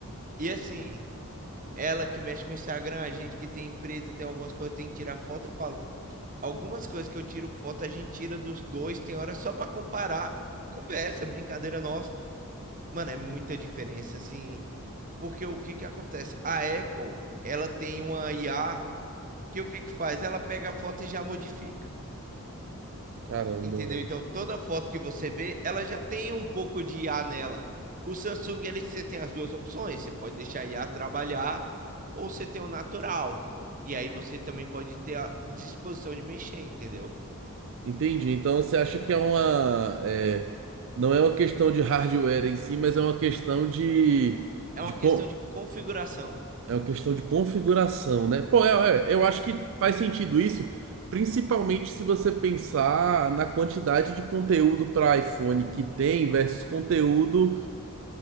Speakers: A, on the right; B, on the right.
A: E assim, ela que mexe com o Instagram, a gente que tem empresa, tem algumas coisas que tem que tirar foto, eu falo, algumas coisas que eu tiro foto, a gente tira dos dois, tem hora só para comparar, conversa, brincadeira nossa. Mano, é muita diferença, assim, porque o que que acontece? A Apple, ela tem uma IA que o que que faz? Ela pega a foto e já modifica.
B: Caramba,
A: Entendeu?
B: velho.
A: Então, toda foto que você vê, ela já tem um pouco de IA nela. O Samsung, ele, você tem as duas opções. Você pode deixar a IA trabalhar ou você tem o natural. E aí você também pode ter a disposição de mexer, entendeu?
B: Entendi. Então você acha que é uma, é, não é uma questão de hardware em si, mas é uma questão de,
A: É
B: de
A: uma questão
B: co-
A: de configuração.
B: É uma questão de configuração, né? Pô, é- é, eu acho que faz sentido isso, principalmente se você pensar na quantidade de conteúdo para iPhone que tem versus conteúdo